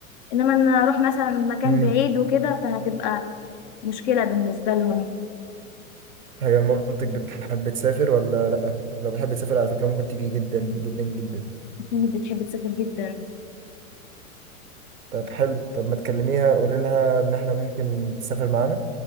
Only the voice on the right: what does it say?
امم
هي مامتك بتحب تسافر ولا لأ لو بتحب تسافر على فكرة ممكن تيجي جدا جدا جدا
طب حلو طب ما تكلميها قولي لها إن إحنا ممكن تسافر معانا